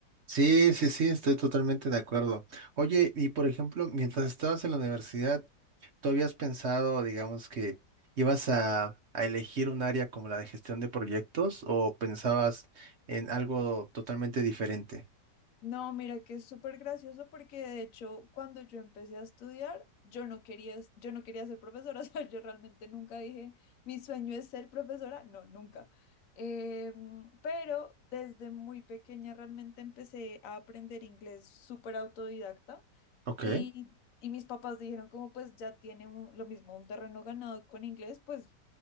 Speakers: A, on the right; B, on the left.
A: Sí, sí, sí, estoy totalmente de acuerdo. Oye, y por ejemplo, mientras estabas en la universidad, ¿tú habías pensado, digamos, que ibas a, a elegir un área como la de gestión de proyectos o pensabas en algo totalmente diferente?
B: No, mira que es súper gracioso porque de hecho cuando yo empecé a estudiar, yo no quería, es- yo no quería ser profesora, <laughs> o sea, yo realmente nunca dije, mi sueño es ser profesora, no, nunca. Eh, pero desde muy pequeña realmente empecé a aprender inglés súper autodidacta.
A: Ok.
B: Y,
A: Eh,
B: y mis papás dijeron como pues ya tiene un- lo mismo un terreno ganado con inglés, pues